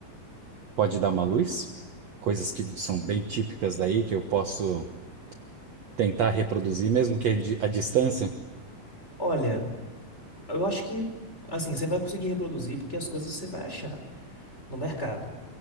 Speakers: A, on the right; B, on the left.
A: pode dar uma luz? Coisas que são bem típicas daí que eu posso tentar reproduzir mesmo que a distância.
B: Olha, eu acho que assim, você vai conseguir reproduzir porque as coisas você vai achar no mercado.